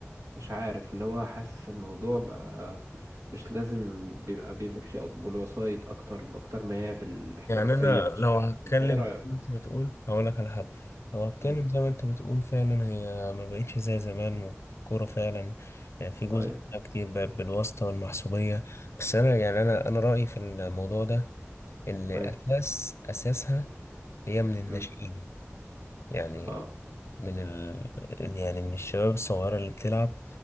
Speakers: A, on the right; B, on the left.
A: مش عارف اللي هو حاسس الموضوع بقى مش لازم بيبقى بيبقى بشيء- بالوسايط أكتر أكتر ما هي بالاحترافية
B: يعني انا
A: مش
B: لو
A: عارف
B: هتكلم
A: أنت إيه رأيك؟
B: زي ما انت بتقول هقول لك على حاجه لو هتكلم
A: مم.
B: زي ما انت بتقول فعلا هي ما بقتش زي زمان الكوره فعلا يعني في جزء
A: أيوه
B: كتير بقى بالواسطه والمحسوبيه بس انا يعني انا انا رايي في الموضوع ده اللي
A: أيوه
B: اساس اساسها هي من الناشئين
A: مم.
B: يعني
A: أه
B: من ال... يعني من الشباب الصغيره اللي بتلعب